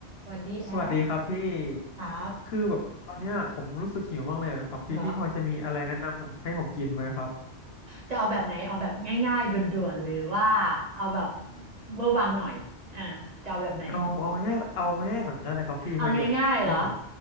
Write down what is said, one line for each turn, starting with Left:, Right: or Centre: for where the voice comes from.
Right: บอดี้แอค
Left: สวัสดีครับพี่
Right: ครับ
Left: คือแบบตอนเนี้ยผมรู้สึกหิวมากเลยอะครับพี่พี่พอจะมีอะไรแนะนำผมให้ผมกินไหมครับ
Right: เหรอจะเอาแบบไหนเอาแบบง่ายๆด่วนๆหรือว่าเอาแบบเวอร์วังหน่อยอ่าจะเอาแบบไหน
Left: เอาเอาง่ายเอาง่ายก่อนก็ได้ครับพี่พอดีแบบคือผม
Right: เอาง่ายๆเหรอ